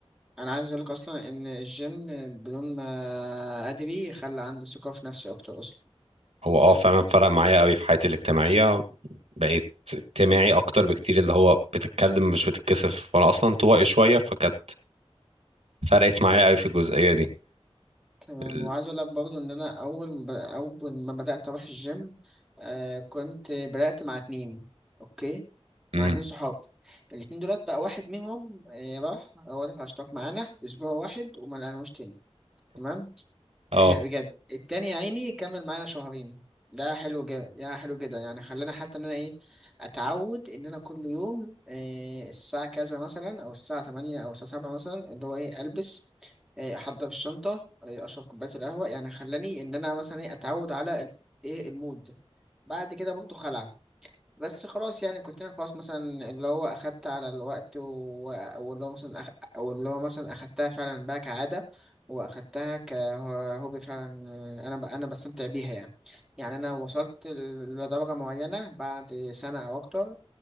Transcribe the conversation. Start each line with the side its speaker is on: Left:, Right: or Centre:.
Centre: انا عايز اقول لك اصلا ان الجيم بدون ما ادري خلى عندي ثقه في نفسي اكتر اصلا
Right: هو اه فعلا فرق معايا قوي في حياتي الاجتماعية بقيت اجتماعي اكتر بكتير اللي هو بتتكلم مش بتتكسف وانا اصلا طوائي شوية فكانت فرقت معايا قوي في الجزئية دي
Centre: تمام
Right: ال-
Centre: وعايز اقول لك برضو ان انا اول ما ب- اول ما بدات اروح الجيم آه كنت بدات مع اتنين اوكي
Right: امم
Centre: مع اتنين صحاب الاتنين دولت بقى واحد منهم آه راح هو دفع اشتراك معانا اسبوع واحد وما لقيناهوش تاني تمام
Right: اه
Centre: إيه بجد التاني يا عيني كمل معايا شهرين ده حلو جدا يا حلو جدا يعني خلاني حتى ان انا ايه اتعود ان انا كل يوم إيه الساعة كذا مثلا او الساعة 8 او الساعة 7 مثلا اللي هو ايه البس إيه احضر الشنطة إيه اشرب كوباية القهوة يعني خلاني ان انا مثلا ايه اتعود على ال- ايه المود بعد كده برضه خلع بس خلاص يعني كنت انا خلاص مثلا اللي هو اخدت على الوقت و... واللي هو مثلا أخ... او اللي هو مثلا اخدتها فعلا بقى كعادة واخدتها كهوبي فعلا انا ب... انا بستمتع بيها يعني يعني انا وصلت ل- لدرجة معينة بعد سنة او اكتر